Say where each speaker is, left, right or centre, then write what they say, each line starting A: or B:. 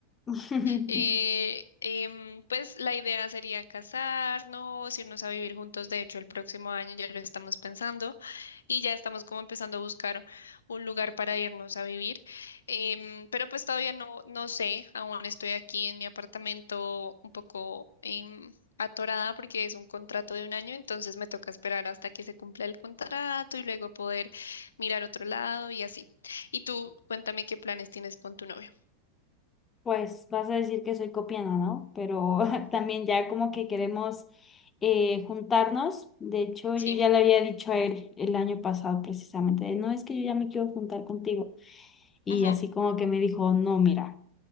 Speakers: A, on the left; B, on the left.
A: <laughs>
B: Eh, em, pues la idea sería casarnos, irnos a vivir juntos. De hecho, el próximo año ya lo estamos pensando y ya estamos como empezando a buscar un lugar para irnos a vivir. Em, pero pues todavía no, no sé, aún estoy aquí en mi apartamento un poco em, atorada porque es un contrato de un año, entonces me toca esperar hasta que se cumpla el contrato y luego poder mirar otro lado y así. Y tú, cuéntame qué planes tienes con tu novio.
A: Pues vas a decir que soy copiana, ¿no? Pero <laughs> también ya como que queremos eh, juntarnos. De hecho, yo
B: Sí.
A: ya le había dicho a él el año pasado precisamente, no es que yo ya me quiero juntar contigo. Y
B: ujú,
A: así como que me dijo, no, mira.